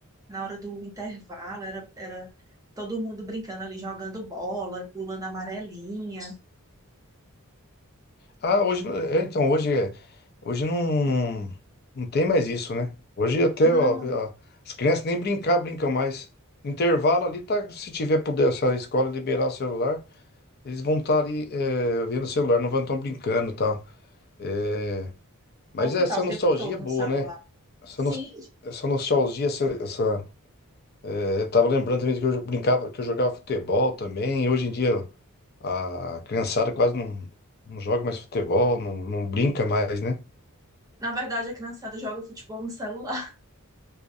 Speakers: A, on the right (about 15°); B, on the left (about 45°).
A: na hora do intervalo, era, era todo mundo brincando ali, jogando bola, pulando amarelinha.
B: Ah, hoje, é, então, hoje, é- hoje não, não, não tem mais isso, né? Hoje até,
A: Não,
B: ó, ó, as crianças nem brincar brincam mais. Intervalo ali, tá, se tiver puder, se a escola liberar o celular, eles vão estar ali é, vendo o celular, não vão estar brincando e tal. É, mas
A: vou ficar
B: é, essa
A: o
B: nostalgia
A: tempo todo
B: é boa,
A: no celular.
B: né? Essa,
A: Sim,
B: nos- essa nostalgia, essa, essa, é, eu tava lembrando também que eu brincava, que eu jogava futebol também, e hoje em dia a criançada quase não, não joga mais futebol, não, não brinca mais, né?
A: na verdade a criançada joga futebol no celular,